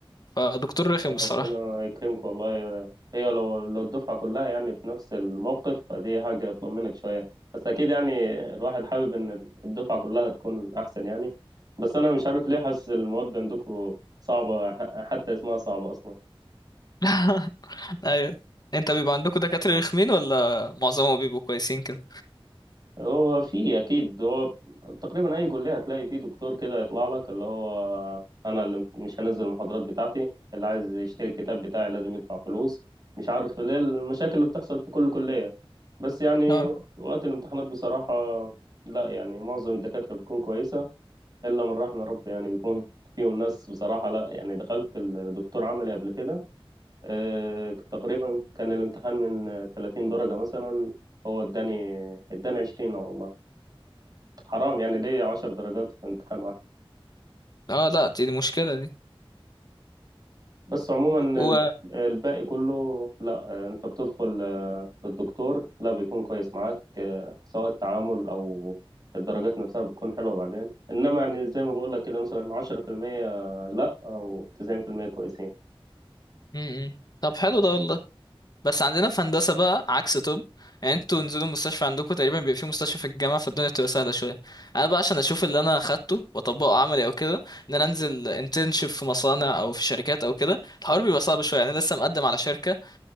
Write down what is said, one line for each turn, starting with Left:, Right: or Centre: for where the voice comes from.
Left: فدكتور رخم الصراحة
Right: ربنا يكرمك والله يا- هي لو لو الدفعه كلها يعني في نفس الموقف فدي حاجه تطمنك شويه بس اكيد يعني الواحد حابب ان الدفعه كلها تكون احسن يعني بس انا مش عارف ليه حاسس المواد عندكم صعبه ح- حتى اسمها صعبه اصلا
Left: <laughs> أيوه أنت بيبقى عندكم دكاترة رخمين ولا معظمهم بيبقوا كويسين كده؟
Right: هو في اكيد هو تقريبا اي كليه هتلاقي فيه دكتور كده يطلع لك اللي هو انا اللي مش هنزل المحاضرات بتاعتي اللي عايز يشتري الكتاب بتاعي لازم يدفع فلوس مش عارف ليه المشاكل اللي بتحصل في كل كليه بس يعني
Left: اه
Right: وقت وقت الامتحانات بصراحه لا يعني معظم الدكاتره بتكون كويسه الا من رحم ربي يعني بيكون <laughs> فيهم ناس بصراحه لا يعني دخلت الدكتور عملي قبل كده آه، تقريبا كان الامتحان من 30 درجه مثلا هو اداني اداني 20 والله حرام يعني ليه عشر درجات في امتحان واحد
Left: اه لا دي دي مشكلة دي
Right: بس عموما
Left: و
Right: الب- الباقي كله لا انت بتدخل آه، للدكتور لا بيكون كويس معاك آه، سواء التعامل او الدرجات نفسها بتكون حلوة بعدين انما يعني زي ما بقول لك كده مثلا عشرة في المية لا او تسعين في المية كويسين
Left: م- م. طب حلو ده والله بس عندنا في هندسة بقى عكس طب يعني انتوا نزلوا المستشفى عندكم تقريبا بيبقى في مستشفى في الجامعة فالدنيا بتبقى سهلة شوية انا بقى عشان اشوف اللي انا اخدته واطبقه عملي او كده ان انا انزل انترنشيب في مصانع او في شركات او كده الحوار بيبقى صعب شوية يعني انا لسه مقدم على شركة